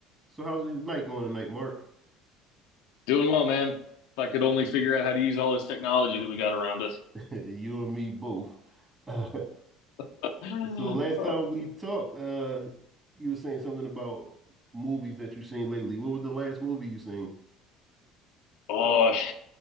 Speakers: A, on the right; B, on the left.
A: So how's your night going tonight, Mark?
B: Doing well, man. If I could only figure out how to use all this technology that we got around us.
A: <laughs> You and me both. <laughs> Uh,
B: <gasps>
A: So last time we talked, uh, you were saying something about movies that you've seen lately. What was the last movie you seen?
B: Oh,